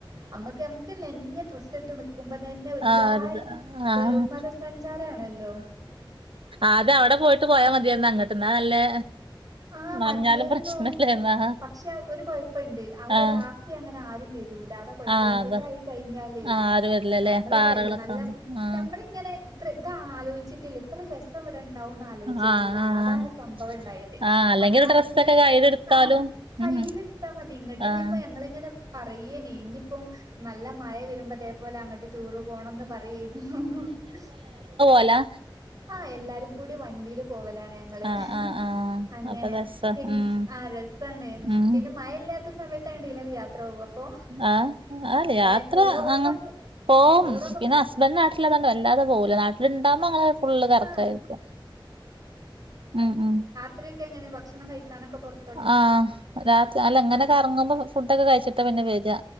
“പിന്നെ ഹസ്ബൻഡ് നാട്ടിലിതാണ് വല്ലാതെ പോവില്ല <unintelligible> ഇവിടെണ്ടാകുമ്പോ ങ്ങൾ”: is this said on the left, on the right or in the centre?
Right